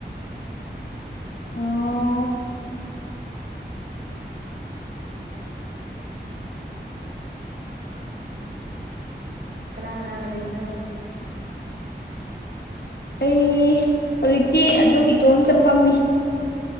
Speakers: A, on the left; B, on the right.
A: ꯑꯣ
B: ꯀꯅꯥ ꯀꯅꯥꯒ ꯂꯩꯏꯅꯣ
A: ꯑꯩ ꯍꯧꯖꯤꯛꯇꯤ ꯑꯗꯨꯝ ꯏꯇꯣꯝꯇ ꯐꯝꯃꯤ